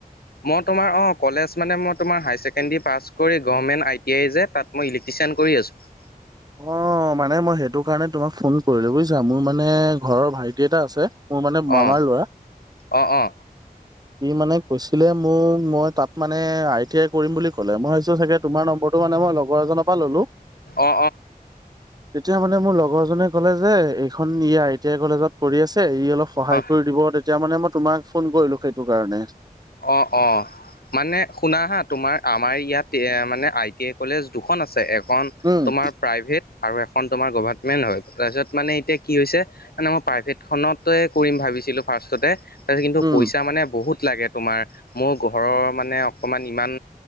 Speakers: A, on the left; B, on the right.
A: মই তোমাৰ অ কলেজ মানে মই তোমাৰ হায়াৰ ছেকেণ্ডাৰী পাছ কৰি, গভাৰ্মেণ্ট আই -টি -আই যে তাত মই ইলেকটি চেণ্ড কৰি আছোঁ।
B: অ মানে মই সেইটো কাৰণে তোমাক ফোন কৰিলো বুজিছা, মোৰ মানে ঘৰৰ ভাইটি এটা আছে। মোৰ মানে মামাৰ
A: অ
B: লৰা,
A: অ অ
B: সি মানে কৈছিলে মোক, মই তাত মানে আই- টি -আই কৰিম বুলি ক'লে, মই চাগে তোমাৰ নম্বৰটো মানে মই লগৰ এজনৰ পৰা ললো।
A: অ
B: তেতিয়া মানে মোৰ লগৰ জনে ক'লে যে, এইখন ই আই- টি- আই কলেজত কৰি আছে। সি অলপ সহায়
A: অ অ
B: কৰি দিব তেতিয়া মানে মই তোমাক ফোন কৰিলো সেইটো কাৰণে।
A: অ অ মানে শুনা হা, তোমাৰ আমাৰ ইয়াত এ মানে আই -টি -আই কলেজ দুখন আছে, এখন
B: উম
A: তোমাৰ প্ৰাইভেট আৰু এখন তোমাৰ গভমেন্ট হয়, তাৰপিছত মানে এতিয়া কি হৈছে মানে মই প্ৰাইভেট খনতে কৰিম ভাবি ছিলো ফাষ্টতে তাতে কিন্তু
B: উম
A: পইচা মানে বহুত লাগে। তোমাৰ, মোৰ ঘৰৰ মানে অকণমান ইমান